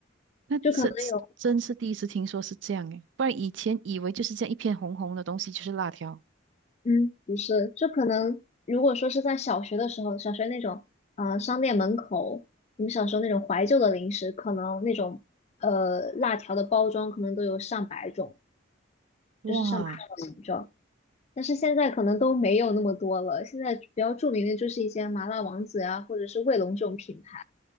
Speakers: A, on the right; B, on the left.
A: 那这这真是第一次听说是这样诶，
B: 就可能有。
A: 不然以前以为就是这样一片红红的东西就是辣条。
B: 嗯，不是，就可能如果说是在小学的时候，小学那种呃商店门口，我们小时候那种怀旧的零食，可能那种呃辣条的包装可能都有上百种，
A: 哇，
B: 就是上百种形状。但是现在可能都没有那么多了，现在比较著名的就是一些麻辣王子呀，或者是卫龙这种品牌。